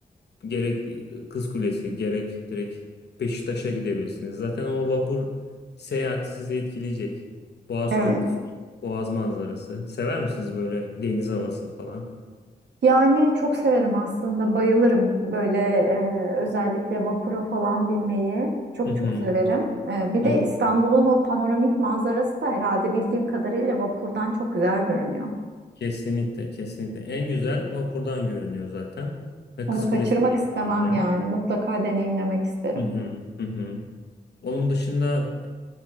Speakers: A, on the left (about 75°); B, on the right (about 80°).
A: Gerek e, Kız Kulesi, gerek direkt Beşiktaş'a gidebilirsiniz. Zaten o vapur seyahati sizi etkileyecek. Boğaz
B: evet.
A: Köprüsü, Boğaz manzarası. Sever misiniz böyle deniz havası falan?
B: Yani çok severim aslında, bayılırım böyle e, özellikle vapura falan binmeyi çok
A: Hı hı.
B: çok severim. E, bir
A: hı
B: de
A: hı.
B: İstanbul'un o panoramik manzarası da herhalde bildiğim kadarıyla vapurdan çok güzel görünüyor.
A: Kesinlikle, kesinlikle. En güzel vapurdan görünüyor zaten. Ve
B: Onu
A: Kız
B: kaçırmak
A: Kulesi'nden
B: istemem
A: görünüyor.
B: yani, mutlaka deneyimlemek isterim.
A: Hı hı, hı hı. Onun dışında